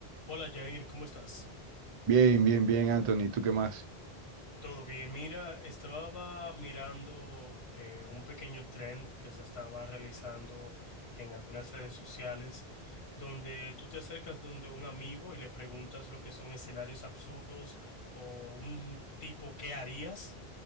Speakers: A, on the left (about 75°); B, on the right (about 55°).
A: Hola Jair, ¿cómo estás?
B: Bien, bien, bien, Anthony, ¿tú qué más?
A: Todo bien. Mira, estaba mirando eh, un pequeño trend que se estaba realizando en algunas redes sociales, donde tú te acercas donde un amigo y le preguntas lo que son escenarios absurdos o un tipo qué harías